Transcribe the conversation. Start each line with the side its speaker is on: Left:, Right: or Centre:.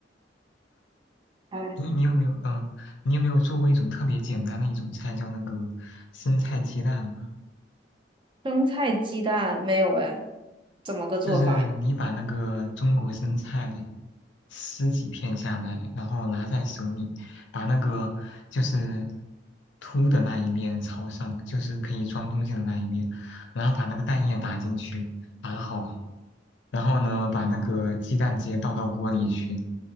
Right: 哎，
Left: 你你有没有嗯，你有没有做过一种特别简单的一种菜，叫那个生菜鸡蛋呢？
Right: 生菜鸡蛋没有哎，怎么个做法呀？
Left: 就是你把那个中国生菜。撕几片下来，然后拿在手里，把那个就是凸的那一面朝上，就是可以装东西的那一面，然后把那个蛋液打进去，打好，然后呢，把那个鸡蛋直接倒到锅里去，